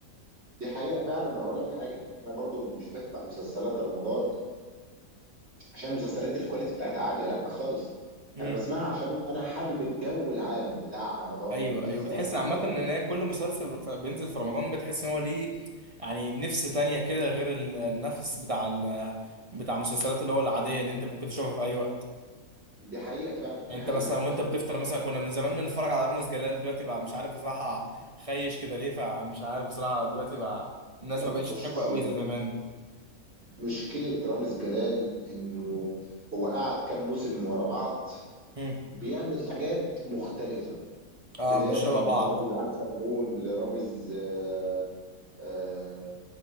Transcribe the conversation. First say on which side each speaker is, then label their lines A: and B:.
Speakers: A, on the right; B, on the right.
A: دي حقيقة فعلا وهقول لك حاجة أنا برضو مش بسمع مسلسلات رمضان عشان المسلسلات دي الكواليتي بتاعتها عالية لا خالص
B: مم.
A: أنا بسمعها عشان أنا حابب الجو العام بتاع رمضان
B: ايوه
A: ومسلسلات
B: ايوه بتحس
A: رمضان
B: عامه ان
A: و...
B: هي كل مسلسل ف- بينزل في رمضان بتحس ان هو ليه يعني نفس تانية كده غير ال- النفس بتاع ال بتاع المسلسلات اللي هو العاديه اللي انت ممكن تشوفها في اي وقت
A: دي حقيقة فعلا
B: يعني
A: دي حقيقة
B: انت مثلا وانت
A: وبس
B: بتفطر مثلا كنا من زمان بنتفرج على رامز جلال دلوقتي بقى مش عارف بصراحه خايش كده ليه فمش عارف بصراحه دلوقتي بقى الناس
A: لا
B: ما
A: لا
B: بقتش
A: بص
B: تحبه قوي
A: هو
B: زي زمان
A: مشكلة رامز جلال إنه هو قعد كام موسم ورا بعض
B: هم.
A: بيعمل حاجات مختلفة
B: اه
A: بداية
B: مش شبه
A: من
B: بعض
A: رامز عين شمعون لرامز آه، آه،